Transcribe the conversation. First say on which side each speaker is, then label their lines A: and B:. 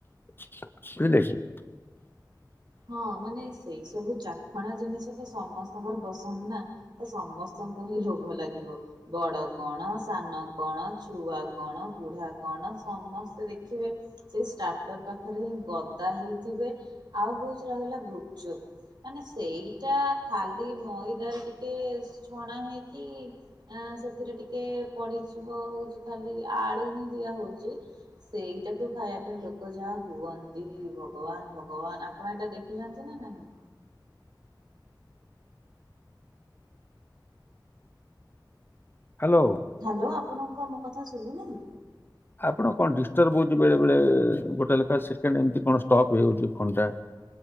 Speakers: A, on the left (about 25°); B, on the right (about 65°).
A: ବୁଝିଲେ କିି।
B: ହଁ ମାନେ ସେଇ ସବୁ ଚାଖଣା ଜିନିଷ ତ ସମସ୍ତଙ୍କର ପସନ୍ଦ ନା ତ ସମସ୍ତ ଙ୍କୁ ହିଁ ଲୋଭ ଲାଗିବ ବଡ କଣ ସାନ କଣ ଛୁଆ କଣ ବୁଢା କଣ ସମସ୍ତେ ଦେଖିବେ। ସେଇ ଷ୍ଟାର୍ଟର ପାଖରେ ହିଁ ଗଦା ହେଇଥିବେ ଆଉ ହଉଛି ରହିଲା ଗୁପଚୁପ। ମାନେ ସେଇଟା ଖାଲି ମଇଦାରେ ଟିକେ ଛଣା ହେଇକି। ଆ ସେଥିରେ ଟିକେ ପଡିଯିବ ହଉଛି ଖାଲି ଆଳୁ ଦିଆ ହଉଛି। ସେଇଟାକୁ ଖାଇବା ପାଇଁ ଲୋକ ଯାହା ହୁଅନ୍ତି ଭଗବାନ ଭଗବାନ ଆ ଆପଣ ଏଇଟା ଦେଖିଛନ୍ତି ନା ନାହିଁ।
A: ହ୍ୟାଲୋ।
B: ହ୍ୟାଲୋ ଆପଣଙ୍କୁ କଣ ମୋ କଥା ଶୁଭୁନାହିଁ।
A: ଆପଣ କଣ ଡିଷ୍ଟର୍ବ ହଉଛି ବେଳେ ବେଳେ ଗୋଟେ ଲେଖା ସେକେଣ୍ଡ ଏମତି କଣ ଷ୍ଟପ୍ ହେଇଯାଉଛି ଫୋନ ଟା।